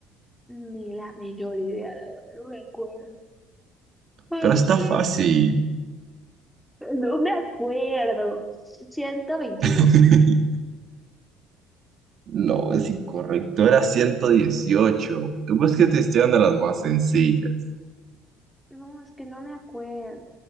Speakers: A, in the centre; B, on the right (about 50°).
A: Ni la menor idea, la verdad, no me acuerdo. Ay,
B: Pero está
A: sí,
B: fácil.
A: No me acuerdo. ciento veintidós.
B: <laughs> No, es incorrecto, era 118. Pues que te estoy dando las más sencillas.
A: No, es que no me acuerdo.